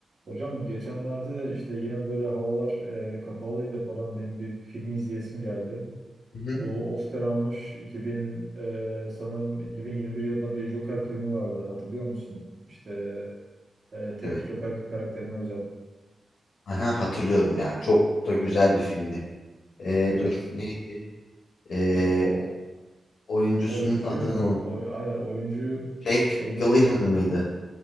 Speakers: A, on the right; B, on the left.
A: Hocam geçenlerde işte yine böyle havalar e, kapalıydı falan benim bir film izleyesim geldi.
B: Hı hı.
A: Bu Oscar almış 2000 e, sanırım 2021 yılında bir Joker filmi vardı hatırlıyor musun? İşte e, tek
B: Evet.
A: Joker karakterine özel.
B: Aha, hatırlıyorum ya. Çok da güzel bir filmdi. Ee,
A: Evet.
B: dur neydi? Ee,
A: E,
B: o- oyuncusunun
A: oyuncuyu
B: adını
A: mu?
B: unut-
A: O, aynen oyuncu
B: Jake
A: oyuncu
B: Gyllenhaal mıydı?